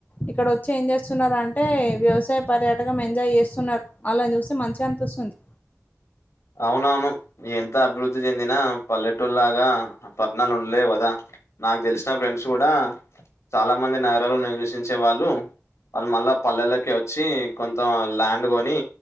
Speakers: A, on the left; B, on the left.
A: ఇక్కడ వచ్చి ఏం చేస్తున్నారంటే ఏ వ్యవసాయ పర్యాటకం ఎంజాయ్ చేస్తున్నారు అలాని చూస్తే మంచిగా అనిపిస్తుంది
B: అ అవునవును ఎంత అభివృద్ధి చెందిన పల్లెటూరులాగా పట్టనాలు ఉండలేవ్ కదా నాకు తెలిసిన ఫ్రెండ్స్ కూడా చాలా మంది నగరాలో నిర్వసించే వాళ్ళు వాళ్ళు మళ్ళా పల్లెల్లకె వచ్చి కొంత ల్యాండ్ కొని